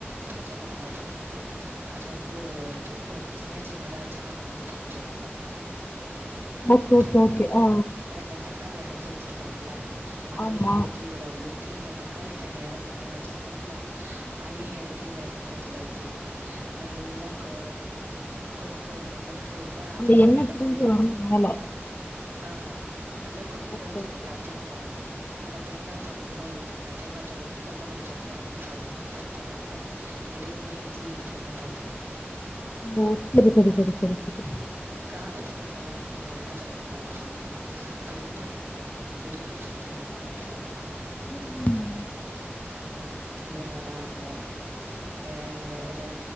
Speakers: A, on the right; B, on the left.
A: பச்ச மிளகா போட்டுட்டு அப்பறம் வந்து பூண்டு வந்து சின்ன சின்னதா சாப் மாரி பண்ணி போட்டுகோங்க
B: ஓகே ஓகே
A: போட்டுட்டு
B: ஓகே
A: இந்த
B: ஆ
A: இந்த தக்காளி அரைச்சி வச்சிருக்கோம்ல அதையும்
B: ஆமா
A: எடுத்து இதுல ஊத்தி அந்த தக்காளி தண்ணி வேற தனியா வச்சிருக்கோம்ல அதையும் எடுத் தீந்த எண்ணெய் சட்டில ஊத்திடுங்க நல்லா கொ கொதிக்க விடுங்க கொதிக்க வி ட்டா அதுல
B: அந்த எண்ணெ
A: நல்லா
B: பிரிஞ்சு
A: கொதிச்சி
B: வரணு மேல
A: ஆமா நல்லா கொதிக்க
B: ஓகே
A: வச்சதுக்கு
B: ஓகே
A: அப் அப்பறமா அதுல தேங்கா பால் கூட ஊத்திகலா தேங்கா பால் ஊத்தி கொத்தமல்லி போட்டு இறக்கி சாப்டுங்க சூப்பரா இருக்கும் இதுவுமே இட்லிக்கு தாங்க சொல்றே
B: ஓ செரி செரி செரி செரி செரி
A: காரத்துகு ஏத்த மாரி நீங்க வேணா பச்சை மிளகா போட்டுகலா ரொம்ப நல்லாருக்கும் விரும்பி சாப்டுவாங்க எல்லாருமே
B: ம்
A: இது நல்லா இருக்கும் வே வே ரெ